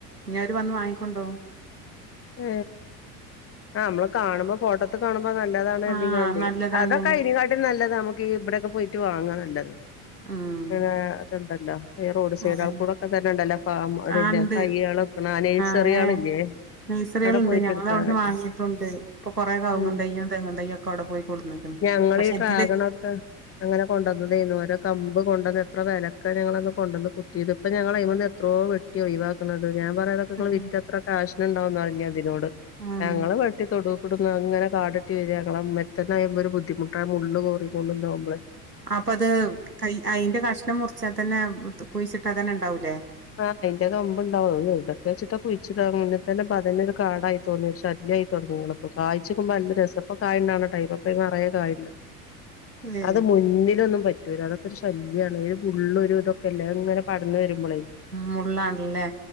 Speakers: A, on the right (about 85°); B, on the left (about 30°).
A: ഇനി അവര് വന്ന് വാങ്ങിക്കൊണ്ട് പോവും
B: ഉ ആ നമ്മള് കാണുമ്പോ ഫോട്ടോത്തെ കാണു നല്ലതാണ് കരുതിക്കാണ്ടെ
A: ആഹ് നല്ലതാണ്
B: അതൊക്കെ അതിനെകാട്ടിൽ നല്ലത് നമുക്ക് ഇവിടെയൊക്കെ പോയിട്ട് വാങ്ങുക നല്ലത്
A: ഉം
B: അങ്ങനെ അതുണ്ടല്ലോ ഈ റോഡ് സൈഡാൾ
A: അത് തന്നേ
B: കൂടൊക്കെ തന്നെ ഉണ്ടല്ലോ ഫാം അതിന്റെ
A: ആഹ്
B: തയ്യാള് വെക്കണ ആ നഴ്സറിയാളില്ലേ
A: <unintelligible> നഴ്സറിയിലുണ്ട്
B: അവിടെ പോയിട്ട്
A: ഞങ്ങളവിടുന്ന്
B: എടുത്താ മതി
A: വാ ങ്ങിയിട്ടുണ്ട് ഇപ്പൊ കൊറേ കവുങ്ങും
B: ഉം
A: തൈയ്യും തെങ്ങും തൈയ്യുമൊക്കെ ഒക്കെ അവിടെ പോയി കൊണ്ടുന്നേക്കണ്
B: ഞങ്ങളീ
A: പക്ഷെ
B: ഡ്രാഗണൊക്കെ
A: ഇതില്
B: അങ്ങനെ കൊണ്ടുവന്നതായിനു ഓരോ കമ്പ് കൊണ്ടുവന്ന് എത്ര ബലക്കനങ്ങളൊക്കെ കൊണ്ടന്ന് കുത്തിയത് ഇപ്പോ ഞങ്ങള് അതിമേന്ന് എത്രോ വെട്ടി ഒഴിവാക്കണത് ഞാൻ പറയണതൊക്കെ ഇങ്ങള്
A: ആഹ്
B: വിറ്റ് എത്ര കാശിന് ഉണ്ടാവൂന്നറിഞ്ഞ് അതിനോട്
A: ആഹ്
B: ഞങ്ങള് വെട്ടി തൊടുവിക്കൂടെ ഇങ്ങനെ കാട് പറ്റ വരികയാങ്ങളും മറ്റന <unintelligible> യുമ്പോ ഒരു ബുദ്ധിമുട്ടായ മള്റ <unintelligible> റിിക്കൊണ്ടന്നോ നുമമ്മള്
A: അപ്പ അത് ക അയിന്റെ കഷ്ണം മുറിച്ചാ തന്നെ കുഴിച്ചിട്ട് തന്നെ ഉണ്ടാവൂലേ
B: ആഹ് അന്റേമ്പ് ഉണ്ടാവ ഇവിടൊക്കെ <unintelligible> ച്ചിട്ട കുച്ചിട്ട മുന്ന തന്നെപ്പ അന്നെ ഒരു <unintelligible> കാടായി തോന്നി ഇയി തുടങ്ങി നിങ്ങളെ കായിച്ചക്കുമ്പോ നല്ല രസ കായണ്ടാണ് ടൈമ ഇപ്പ നിറയെ കായുണ്ട്
A: ഏ
B: അത് മുന്നിലൊന്നും പറ്റൂല്ല അതൊക്കെ ഒരു ശല്യമാണ് മുള്ളരു ഇതൊക്കെല്ലേ എങ്ങനെ- പടന്നന്ന് വരുമ്പോളേ
A: മുുള്ളാനല്ലേ